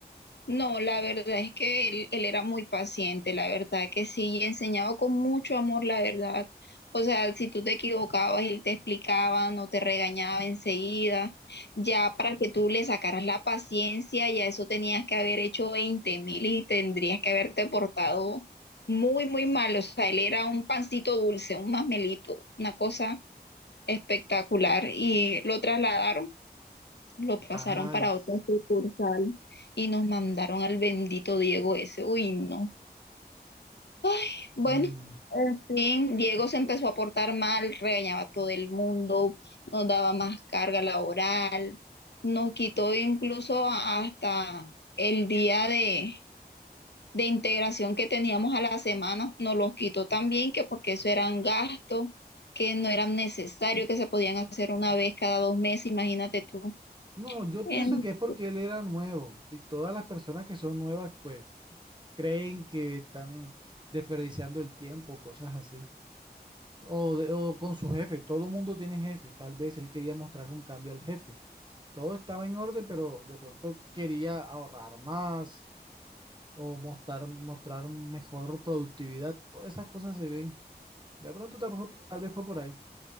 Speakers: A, on the left (about 85°); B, on the right (about 25°).
A: No, la verdad es que él, él era muy paciente, la verdad que sí, y enseñaba con mucho amor, la verdad. O sea, si tú te equivocabas, él te explicaba, no te regañaba enseguida. Ya para que tú le sacaras la paciencia, ya eso tenías que haber hecho veinte mil y tendrías que haberte portado muy, muy mal. O sea, él era un pancito dulce, un masmelito, una cosa espectacular. Y lo trasladaron lo pasaron
B: Ay,
A: para
B: sí.
A: otra sucursal y nos mandaron al bendito Diego ese. Uy, no. Ay, bueno,
B: Mm.
A: en fin, Diego se empezó a portar mal, regañaba a todo el mundo, nos daba más carga laboral, nos quitó incluso a- hasta el día de, de integración que teníamos a la semana, nos los quitó también, que porque eso eran gastos que no eran necesarios, que se podían hacer una vez cada dos meses, imagínate tú.
B: No, yo
A: En
B: pienso que es porque él era nuevo y todas las personas que son nuevas, pues qu- creen que están desperdiciando el tiempo, cosas así. O, de- o con su jefe, todo el mundo tiene jefe, tal vez él quería mostrar un cambio al jefe. Todo estaba en orden, pero de pronto quería ahorrar más o mostrar, mostrar mejor productividad. Todas esas cosas se ven. De pronto tal vez, tal vez fue por ahí.